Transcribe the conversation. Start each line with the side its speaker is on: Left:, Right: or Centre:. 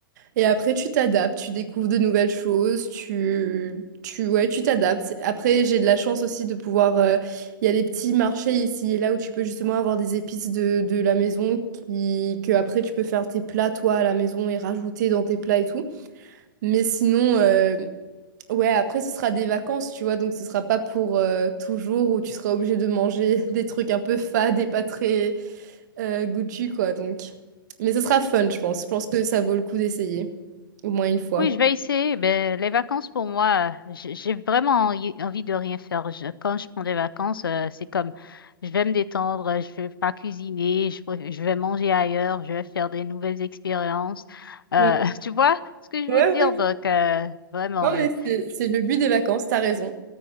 Right: Et après, tu t'adaptes, tu découvres de nouvelles choses, tu, tu, ouais, tu t'adaptes. C'est- Après, j'ai de la chance aussi de pouvoir. euh, Il y a des petits marchés ici et là où tu peux justement avoir des épices de, de la maison qui, que après tu peux faire tes plats toi à la maison et rajouter dans tes plats et tout. Mais sinon. euh, Ouais, après, ce sera des vacances, tu vois, donc ce sera pas pour euh, toujours où tu seras obligé de manger <laughs> des trucs un peu fades et pas très euh, goûtus, quoi, donc. Mais ce sera fun, je pense. Je pense que ça vaut le coup d'essayer, au moins une fois.
Left: Oui, je vais essayer. Ben, les vacances pour moi, euh, j'ai j'ai vraiment envie envie de rien faire. Je- quand je prends des vacances, euh, c'est comme je vais me détendre, euh, je vais pas cuisiner, je, vais je vais manger ailleurs, je vais faire des nouvelles expériences. Euh,
Right: Ouais,
Left: <laughs> tu vois ce que je
Right: ouais.
Left: veux dire?
Right: ouais.
Left: Donc, euh, vraiment,
Right: Non,
Left: euh,
Right: mais c'est c'est le but des vacances, t'as raison.